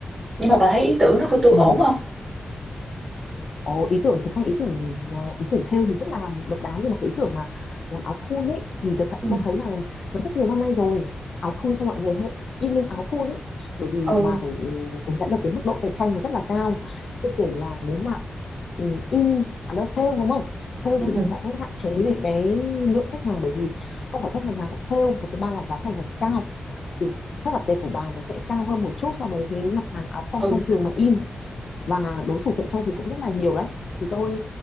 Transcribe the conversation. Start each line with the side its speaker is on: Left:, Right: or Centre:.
Right: nhưng mà bà thấy ý tưởng đó của tôi
Left: ừ.
Right: ổn không
Left: Ồ, ý tưởng thật ra ý tưởng ờ, ý tưởng thêu thì rất là độc đáo nhưng mà cái ý tưởng mà làm áo thun ấy thì thật
Right: ừ
Left: tôi thấy là nó rất nhiều năm nay rồi áo thun xong mọi người hay in lên áo thun ấy bởi vì
Right: ừ
Left: bà phải ừ, đánh giá được cái mức độ cạnh tranh nó rất là cao chưa kể là nếu mà ừ, in à đâu thêu đúng không thêu
Right: ừ
Left: thì sẽ hạn chế về cái lượng khách hàng bởi vì không phải khách hàng nào cũng thêu và thứ ba là giá thành nó sẽ cao thì chắc là tệp của bà nó sẽ cao hơn một chút so với cái mặt hàng áo phông
Right: ừ
Left: thông thường mà in và đối thủ cạnh tranh thì cũng rất là nhiều đấy thì tôi